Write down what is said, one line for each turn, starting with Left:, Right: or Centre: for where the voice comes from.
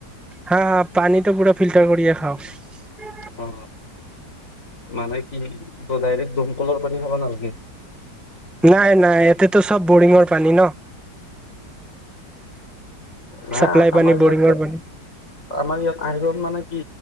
Centre: হা হা পানীটো পুৰা ফিল্টাৰ কৰিয়ে খাও
Left: অ মানে কি ত ডাইৰেক্ট দমকলৰ পানী খাবা নালগে
Centre: নাই নাই ইয়াতেতো চব বৰিঙৰ পানী ন
Left: না
Centre: চাপ্লাই
Left: আমাৰ
Centre: পানী
Left: ইয়াত
Centre: বৰিঙৰ পানী
Left: আমাৰ ইয়াত আজন মানে কি